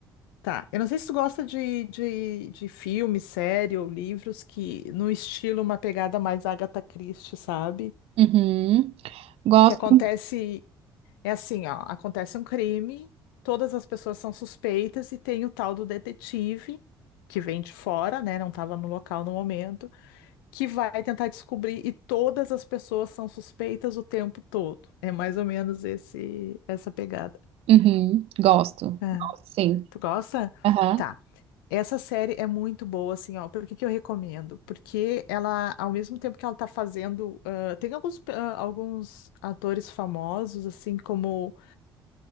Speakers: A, on the left; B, on the right.
A: Tá, eu não sei se tu gosta de, de, de filme, série ou livros que no estilo uma pegada mais Agatha Christie, sabe?
B: Uhum. Gosto.
A: Que acontece É assim, ó, acontece um crime, todas as pessoas são suspeitas e tem o tal do detetive que vem de fora, né, não estava no local no momento, que vai tentar descobrir e todas as pessoas são suspeitas o tempo todo. É mais ou menos esse essa pegada.
B: Uhum. Gosto.
A: É.
B: Gosto, sim.
A: Tu gosta?
B: Aham.
A: Tá. Essa série é muito boa, assim, ó. Por que que eu recomendo? Porque ela, ao mesmo tempo que ela tá fazendo, ah, tem alguns, ah, alguns atores famosos, assim, como